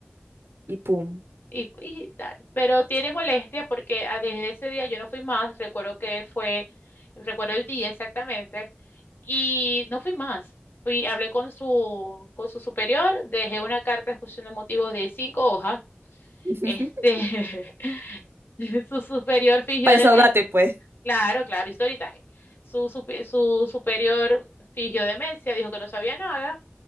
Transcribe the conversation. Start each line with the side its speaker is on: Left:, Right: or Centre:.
Right: Y pum.
Left: y, y tal. Pero tiene molestia porque ah, desde ese día yo no fui más, recuerdo que fue, recuerdo el día exactamente, y no fui más. Fui, hablé con su, con su superior, dejé una carta de exposición de motivos de cinco hojas.
Right: <laughs>
Left: Este, <laughs> su superior fingió
Right: Para desahogarte,
Left: demencia.
Right: pues.
Left: Claro, claro, y story time. Su, supe- su superior fingió demencia, dijo que no sabía nada.